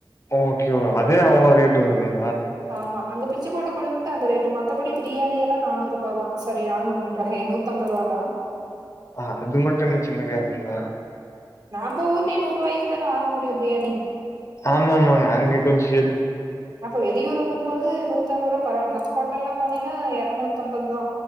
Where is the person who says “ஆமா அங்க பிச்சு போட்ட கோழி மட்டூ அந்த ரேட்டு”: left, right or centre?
Right